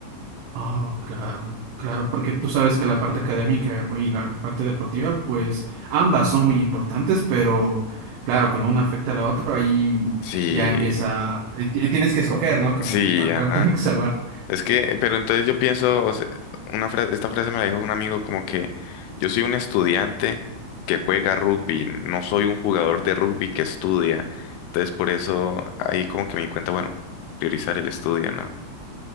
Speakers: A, on the right; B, on the left.
A: Ah, claro, claro, porque tú sabes que la parte académica y la parte deportiva, pues ambas son muy importantes, pero claro, cuando una afecta a la otra, ahí
B: Sí,
A: ya empieza, eh, ti- tienes que escoger, ¿no? Como
B: sí,
A: a
B: ajá.
A: cuál <laughs> tengo que salvar.
B: Es que, pero entonces yo pienso, o sea, una fra- esta frase me la dijo un amigo como que yo soy un estudiante que juega rugby, no soy un jugador de rugby que estudia. Entonces por eso ahí como que me di cuenta, bueno, priorizar el estudio, ¿no?